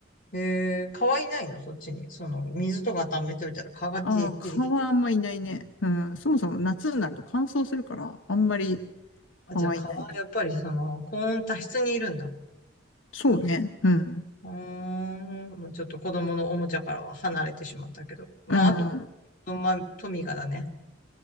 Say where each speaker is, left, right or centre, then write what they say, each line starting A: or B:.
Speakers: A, on the left; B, on the left.
A: ん。えー、川いないのそっちに。その、水とか溜めておいたら川が出て出てきてるじゃ
B: ああ、蚊はあんまいないね。うん。そもそも夏になると乾燥するから、あんまり
A: ん。あ、
B: 蚊はいないね。
A: じゃあ川、やっぱりその、高温多湿にいるんだ。
B: そうね。うん。
A: うーん、もうちょっと子供のおもちゃからは離れてしまったけど。まあ、
B: うん。
A: あと、まあ、トミカだね。